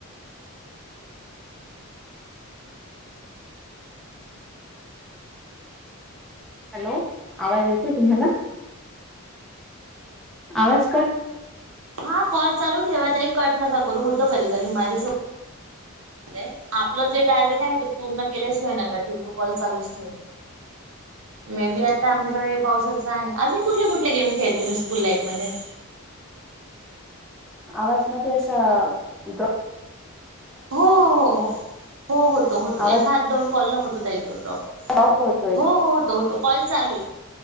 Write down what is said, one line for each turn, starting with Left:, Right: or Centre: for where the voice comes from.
Centre: हॅलो आवाज येतोय तुम्हाला आवाज का
Right: हा कॉल चालू ठेवाताही कट नका करू होतो कधी कध माझ्या सो अ आपलं जे टार्गेट आहे ते पूर्ण केल्याशिवाय न का ठेव तो कॉल चालूच ठेवा मे बी आता आमच्याकडे पावसाच आहे अजून कुठल्या कुठल्या गेम खेळत तु्ी स्कूल लाईफ मध्ये
Centre: आवाज मध्ये असं ॉ
Right: हो हो हो हो हो होत होतो
Centre: आवाज
Right: एखाद दोन कॉलला होतो त्या इथो ड्रॉप
Centre: ड्रॉप होतोय.
Right: हो हो होत होतो कॉल चालू आहे